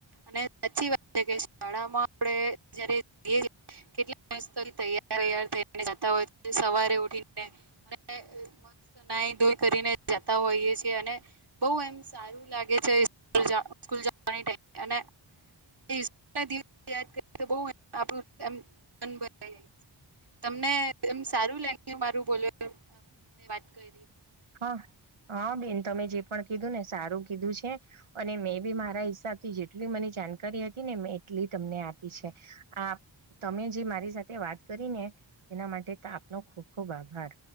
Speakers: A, on the right (about 55°); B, on the right (about 85°).
A: અને સાચી વાત છે કે શાળામાં આપણે જયારે કેટલા મત તૈયાર તૈયાર થઈને જતા હોય સવારે ઉઠીને અને મસ્ત નાઈ ધોઈ કરીને જતા હોઈએ છીએ અને બઉ એમ સારું લાગે છે સ્કૂલ જાવા સ્કૂલ ટાઇ અને યાદ કરી તો બઉં આપણું એમ મન બનાઇએ તમને એમ સારું લાગ્યું મારું બોલવાનું વાત કરી
B: હા હા બેન તમે જે પણ કીધું ને સારું કીધું છે અને મેં બી મારા હિસાબ થી જેટલી મને જાણકારી હતી ને મેં એટલી તમને આપી છે. આ તમે જે મારી સાથે વાત કરી ને એના માટે આપનો ખુબ ખુબ આભાર.